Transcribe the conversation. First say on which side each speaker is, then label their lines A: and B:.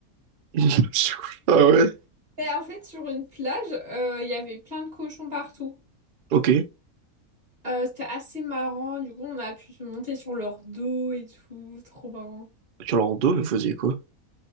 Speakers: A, on the right; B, on the right.
A: <laughs> Ah ouais,
B: Et en fait, sur une plage, euh, il y avait plein de cochons partout.
A: Ok.
B: Euh, c'était assez marrant. Du coup, on a pu se monter sur leur dos et tout. Trop marrant.
A: Orlando, mais vous faisiez quoi?